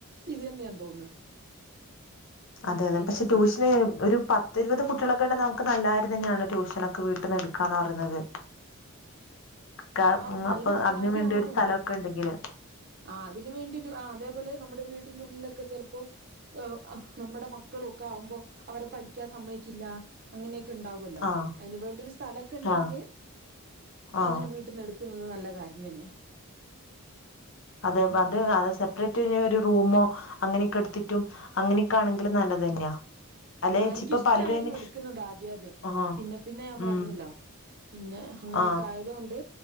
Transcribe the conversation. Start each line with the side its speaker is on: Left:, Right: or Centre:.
Right: ഇത് തന്നെയ തോന്ന്ന്ന്
Left: അതെ അതെ
Right: മൈലാഞ്ചിയുടെ
Left: പക്ഷെ ട്യൂഷന് ഒരു പത്ത് ഇരുപത് കുട്ടികളൊക്കെ ഇണ്ടെങ്കി നമുക്ക് നല്ല കാര്യം തന്നെയാണ് ട്യൂഷനൊക്കെ വീട്ട്ന്ന് എടുക്കാന്ന് പറയുന്നത് ക
Right: ആഹ് ആഹ് നല്ല
Left: അപ്പൊ അതിന്
Right: കാര്യാണ്
Left: വേണ്ടി ഒരു സ്ഥലൊക്കെ ഉണ്ടെങ്കില്
Right: ആഹ് അതിന് വേണ്ടി ഒരു ആഹ് അതേപോലെ നമ്മുടെ വീടിന്റെ ഉള്ളിലൊക്കെ ചെലപ്പോ ഏഹ് നമ്മുടെ മക്കളൊക്കെ ആവുമ്പോ അവരെ പഠിക്കാൻ സമ്മതിക്കില്ല അങ്ങനെയൊക്കെ ഇണ്ടാവുല്ലോ
Left: ആ
Right: അയിന് വേണ്ടി ഒരു സ്ഥലൊക്കെ ഇണ്ടെങ്കിൽ
Left: ആ
Right: അങ്ങനെ
Left: ആ
Right: വീട്ടിന്ന് എടുക്ക ക്ക്ന്നത് നല്ല കാര്യം തന്നെയാണ്
Left: അതെ അത് സെപ്പറേറ്റ് ഇനി ഒരു റൂമോ അങ്ങനെ ഒക്കെ ഇട്ത്തിട്ടും അങ്ങനെയൊക്കൊണെങ്കിലും നല്ലത് തന്നെയാ അല്ലെ
Right: ആഹ് എനിക്കിഷ്ടായിരുന്നു
Left: ഇപ്പൊ പലരും അയിന്
Right: ഇടുക്കുന്നത് ആദ്യ ആദ്യം
Left: ആ
Right: പിന്നെ പിന്നെ ഞാൻ
Left: ഉം
Right: പറഞ്ഞല്ലോ പിന്നെ അങ്ങനെയൊക്കെ
Left: ആ
Right: ആയതൊണ്ട്